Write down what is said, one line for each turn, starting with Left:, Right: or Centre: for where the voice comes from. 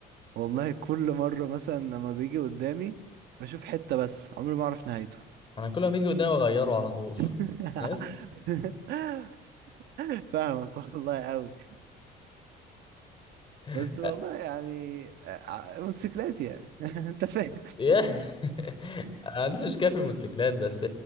Right: والله كل مره مثلا لما بيجي قدامي بشوف حته بس عمري ما اعرف نهايته
Left: انا كل ما بيجي قدامي اغيره على طول
Right: <laughs>
Left: <laughs> عارف؟
Right: فاهمك والله قوي
Left: <laughs>
Right: بس والله يعني ع- موتوسيكلات يعني <laughs> انت فاهم
Left: يا <laughs> انا ما عنديش مشكله في الموتوسيكلات بس